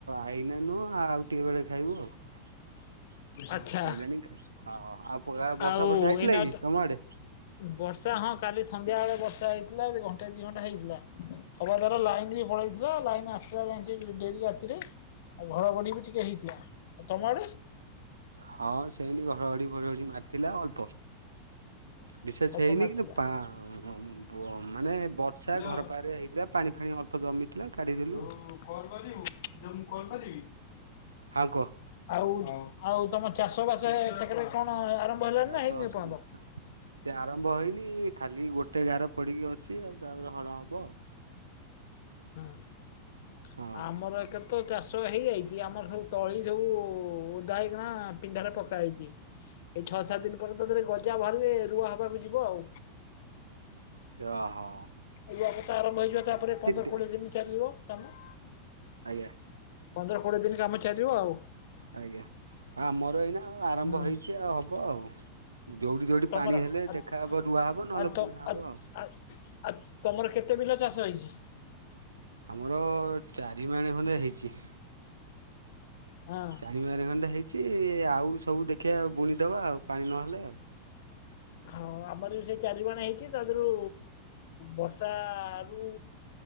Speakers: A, on the right (about 75°); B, on the left (about 55°).
A: ଏଇନା ନୁହଁ ଆଉ ଟିକେ ବେଳେ ଖାଇବୁ ଆଉ।
B: ଆଚ୍ଛା
A: ଶୋଇଲାଣି <unintelligible> ଆଉ ବର୍ଷା
B: ଆଉ
A: ଫର୍ଷା ହେଇଥିଲା
B: ଏଇନା
A: କି ତମ ଆଡେ?
B: ବର୍ଷା ହଁ କାଲି ସନ୍ଧ୍ୟା ବେଳେ ବର୍ଷା ହେଇଥିଲା ଏବେ ଘଣ୍ଟା ଦି ଘଣ୍ଟା ହେଇଥିଲା। ସମସ୍ତଙ୍କର ଲାଇନି ପଳେଇଥିଲା ଲାଇନି ଆସିବାରେ ଆଜି ଡେରି ଆଉ। ଆଉ ଘଡ ଘଡି ବି ଟିକେ ହେଇଥିଲା। ଆଉ ତମ ଆଡେ?
A: ହଁ ସେମତି ଘଡଘଡି ଫଡଫଡି ମାରିଥିଲା ଅଳ୍ପ। ବିଶେଷ୍
B: ଅଳ୍ପ
A: ହେଇନି
B: ମାରିଥିଲା।
A: କିନ୍ତୁ ପା-ବ-ମାନେ ବର୍ଷା
B: ହ୍ୟାଲୋ
A: ଘର ପାଖରେ ହେଇଥିଲା ପାଣି ଫାଣି ଅଳ୍ପ ଅଳ୍ପ ଜମିଥିଲା କାଢ଼ିଦେଲୁ
B: ଯୋଉ
A: ଆଉ।
B: କଲ୍ କରିବୁ ଯେ ମୁଁ କଲ୍ କରିବି।
A: ହାଁ କୁହ।
B: ଆଉ- ଆଉ ତମ ଚାଷ ବାସ <unintelligible> କଣ ଆରମ୍ଭ ହେଲାଣିି
A: ଚାଷ
B: ନା ହେଇନି
A: ବାସ
B: ଏପର୍ଯ୍ୟନ୍ତ?
A: ସେ ଆରମ୍ଭ ହେଇନି ଖାଲି ଗୋଟେ ଗାର ପଡିକି ଅଛି ଆଉ ତାପରେ ହଳ ହବ।
B: ହୁଁ
A: ଆଉ।
B: ଆମର ଏକେ ତ ଚାଷ ହେଇଯାଇଚି ଆମର ସବୁ ତଳି ସବୁ ଓଦା ହେଇକିନା ପିଣ୍ଢାରେ ପକା ହେଇଚି। ଏଇ ଛଅ ସାତ୍ ଦିନ୍ ପରେ <unintelligible> ଗଜା ବାହାରିଲେ ରୁଆ ହବାକୁ ଯିବ ଆଉ।
A: ଓ ହୋ।
B: ଏବେ ତ ଆରମ୍ଭ ହେଇଯିବ ତାପରେ ପନ୍ଦର
A: ଦେ
B: କୋଡିଏ ଦିନ ଚାଲିବ କାମ।
A: ଆଜ୍ଞା।
B: ପନ୍ଦର କୋଡିଏ ଦିନ୍ କାମ ଚାଲିବ ଆଉ।
A: ଆଜ୍ଞା ଆମର ଏଇନା ଆରମ୍ଭ
B: ହୁଁ
A: ହେଇଚି ଆଉ ହବ ଆଉ। ଯଉଠି ଯଉଠି
B: ତମର
A: ପାଣି ହେଲେ
B: ଆ
A: ଦେଖା ହବ ରୁଆ ହବ ନହେଲେ
B: ଆ ତ
A: ବୁଣା ହବ
B: ଆ
A: ଆଉ।
B: ଆ ଆ ତମର କେତେ ବିଲ ଚାଷ ହେଇଛି?
A: ଆମର ଚାରି ମାଣେ ଖଣ୍ଡେ ହେଇଛି।
B: ହଁ।
A: ପାଣିବ ଆର ଖଣ୍ଡେ ହେଇଛି ଆଉ ସବୁ ଦେଖିବା ବୁଣିଦେବା ପାଣି ନହେଲେ ଆଉ।
B: ହଁ ଆମର ବି ସେ ଚାରିିବାଣ ହେଇଛି ତା ଦେହରୁ ବର୍ଷା ରୁ